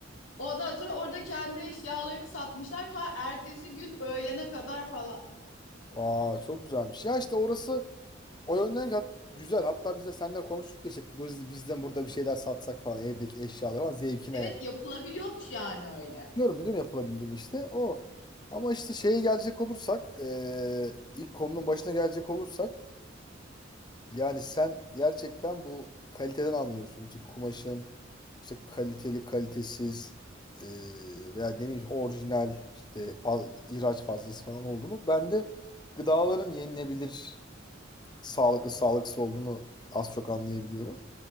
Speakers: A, on the left (about 75°); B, on the left (about 20°).
A: Ondan sonra orada kendi eşyalarını satmışlar ta ertesi gün öğlene kadar falan.
B: Aa çok güzelmiş. Ya işte orası o yönden gat- güzel. Hatta biz de seninle konuştuk ya işte biz, bizden burada bir şeyler satsak falan evdeki eşyalar falan zevkine
A: Evet
B: ya.
A: yapılabiliyormuş yani öyle.
B: Biliyorum biliyorum yapılabildiğini işte o. Ama işte şeye gelecek olursak eee, ilk konunun başına gelecek olursak yani sen gerçekten bu kaliteden anlıyorsun. İşte bir kumaşın işte kaliteli kalitesiz eee, veya ne bileyim orijinal işte faz, ihraç fazlası falan olduğunu. Ben de gıdaların yenilebilir sağlıklı sağlıksız olduğunu az çok anlayabiliyorum.